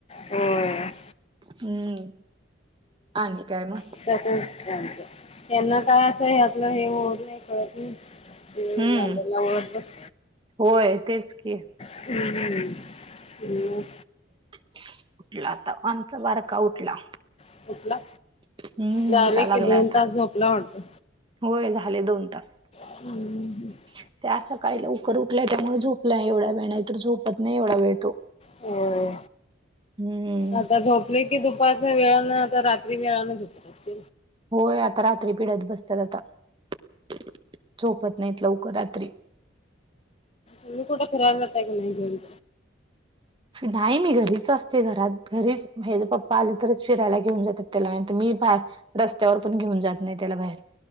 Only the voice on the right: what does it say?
हम्म. आणि काय मग
हम्म
होय तेच क <inaudible>
<inaudible> उठला आता आमचा वारका उठला.
हम्म
उठा
लागलाय
आता
होय झाले दोन तास
<inaudible> तेंकाळीला उकर उठलंय त्यामुळे झोपला एवढा वेळ नाही तर झोपत नाही एवढा वेळ तो
हम्म
होय आता रात्री पिढ्यात बसतात आता <inaudible> झोपत नाहीत लवकर रात्री
नाही मी घरीच असते घरात घरीच म्ह ज पप्पा आले तरच फिरायला घेऊन जातात त्याला नाहींतर मी बा. <inaudible> रस्त्यावर पण घेऊन जात नाही त्याला बाहेर